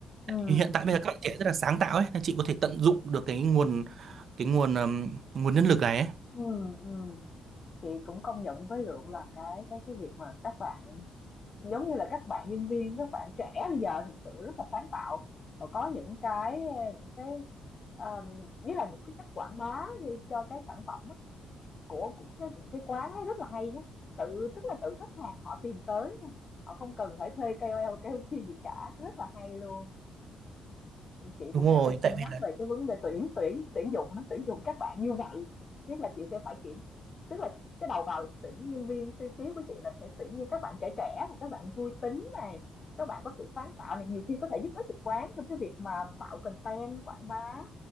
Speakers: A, on the left; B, on the right.
A: ừm,
B: thì hiện tại bây giờ các bạn trẻ rất là sáng tạo ấy nên chị có thể tận dụng được cái nguồn cái nguồn ừm, nguồn nhân lực này ấy.
A: ừm, ừm. Chị cũng công nhận với Lượng là cái cái cái việc mà các bạn giống như là các bạn nhân viên các bạn trẻ bây giờ thực sự rất là sáng tạo và có những cái những cái um, với là những cái cách quảng bá cho cái sản phẩm á, Của của cái cái quán ấy rất là hay nhá, tự tức là tự khách hàng họ tìm tới thôi, họ không cần phải thuê KOL, KOC gì cả, rất là hay luôn. Ừm, chị
B: Đúng
A: cũng
B: rồi,
A: sẽ phải cân
B: tại vì
A: nhắc
B: là
A: về cái vấn đề tuyển tuyển tuyển dụng nó tuyển dụng các bạn như vậy, nhất là chị sẽ phải kiểm tức là cái đầu vào tuyển nhân viên tiêu chí của chị là sẽ tuyển như các bạn trẻ trẻ này, các bạn vui tính này, các bạn có sự sáng tạo này, nhiều khi có thể giúp ích được quán trong cái việc mà tạo content quảng bá